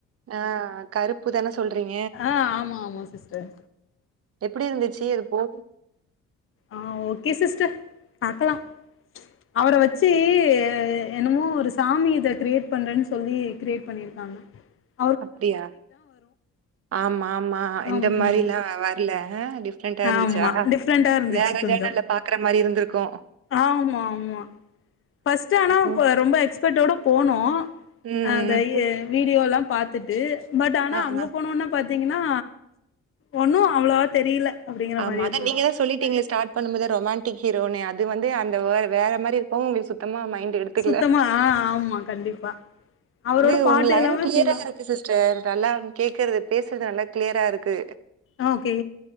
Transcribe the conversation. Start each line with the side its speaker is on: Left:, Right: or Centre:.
Right: ஆ கருப்பு தானே சொல்றீங்க
Left: ஆ ஆமா சிஸ்டர்
Right: எப்படி இருந்துச்சு அது போகு
Left: ஆ ஓக்கே சிஸ்டர் பாக்கலா அவர வெச்சு என்னமோ ஒரு சாமி இத கிரியேட் பண்றேன்னு சொல்லி கிரியேட் பண்ணிருக்காங்க ஆ
Right: அப்படியா ஆமா ஆமா இந்த
Left: ஆமா
Right: மாரிலா வரல டிப் பிரன்டா இருந்துச்சா
Left: ஆமா டிஃப்ரெண்டா இருந்துச்சு
Right: வேற
Left: கொஞ்சோ
Right: ஜேனல்ல பாக்குற மாரி இருந்திருக்கு
Left: ஆமா ஆமா ஃபர்ஸ்ட்டு ஆனா
Right: ம்.
Left: ரொம்ப எக்ஸ் அப்டேட்டோட போனோ
Right: ம்.
Left: அந்த வீடியோல்லா பாத்துட்டு பட் ஆனா
Right: ஆ.
Left: அங்கே போனோன்னே பாத்தீங்கன்னா ஒன்னு அவ்வளவா தெரியல அப்படிங்கிற
Right: ஆமா
Left: மாரி
Right: அதா
Left: இருந்தது
Right: நீங்க தா சொல்லிட்டீங்களே ஸார்ட் பண்ணும் போதே ரொமாண்டிக் ஹீரோன்னு அது அது வந்து அந்த வே வேற மாதிரி இருக்கு உங்களுக்கு சுத்தமா மைண்ட் எடுத்துக்கல
Left: சுத்தமா ஆ ஆமா கண்டிப்பா அவரோட
Right: இது
Left: பாட்டு
Right: உங்க லைன்
Left: எல்லாமே
Right: கிளியரா
Left: ஃபுல்லா
Right: இருக்கு சிஸ் டர் ச நல்லா கேக்குரது பேசுறது நல்லா கிளியரா இருக்கு
Left: ஆ ஓகே